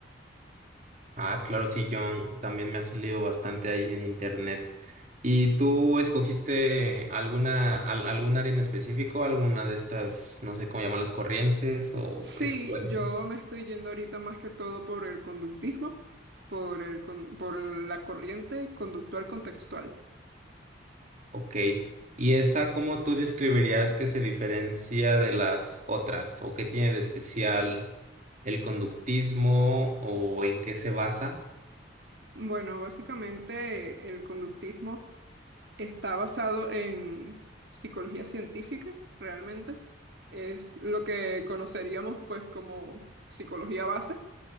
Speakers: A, on the right; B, on the right.
A: ah, claro, sí, John, también me ha salido bastante ahí en internet. ¿Y tú escogiste alguna, al- algún área en específico, alguna de estas, no sé cómo llaman las corrientes o
B: Sí,
A: escuelas?
B: yo me estoy yendo ahorita más que todo por el conductismo, por el, con- por la corriente conductual contextual.
A: Ok. ¿Y esa cómo tú describirías que se diferencia de las otras? ¿O qué tiene de especial el conductismo? ¿O en qué se basa?
B: Bueno, básicamente el conductismo Está basado en psicología científica, realmente. Es lo que conoceríamos pues como psicología base,